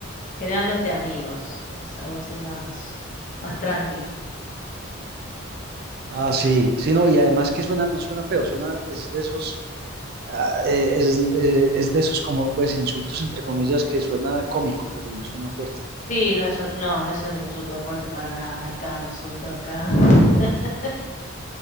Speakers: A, on the left; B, on the right.
A: Generalmente amigos, es algo así más, más tranqui.
B: Ah, sí, sí, no, y además que suena, no suena feo, suena, es de esos, ah, eh, es, eh, es de esos como, pues, insultos entre comillas que suena cómico, pues no, no suena fuerte.
A: Sí, no es un, no, no es un insulto fuerte para nada, hay cada insulto acá. <laughs>